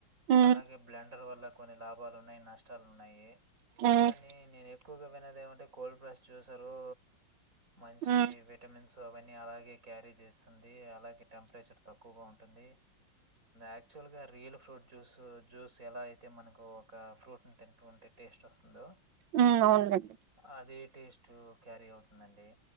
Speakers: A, on the right; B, on the right.
A: ఉమ్
B: అలాగే బ్లెండర్ వల్ల కొన్ని లాభ లాభాలు ఉన్నాయి నష్టాలు ఉన్నాయి
A: ఉమ్
B: కానీ నేను ఎ ఎక్కువగా అది ఏమంటే కోల్డ్ ప్లస్ చూసారు మంచి
A: ఉమ్
B: విటమిన్స్ సవన్ <unintelligible> ని అలాగే క్యారీ చేస్తుంది అలాగే టెంపరేచర్ తక్కువగా ఉంటుంది యాక్చువల్ గా రియల్ ఫ్రూట్ జ్యూస్ జ్యూస్ ఎలా అయితే మనకు ఒక ఫ్రూట్ ని తింటూ ఉంటే టేస్ట్ వస్తుందో
A: ఉమ్ అవునులేండి
B: అదే టేస్ట్ టూ క్యారీ అవుతుందండి